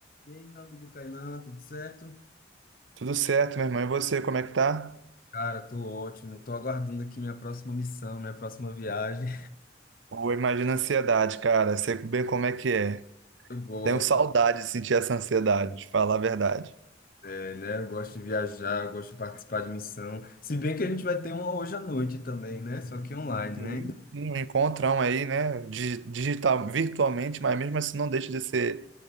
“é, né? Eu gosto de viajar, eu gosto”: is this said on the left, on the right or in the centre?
Left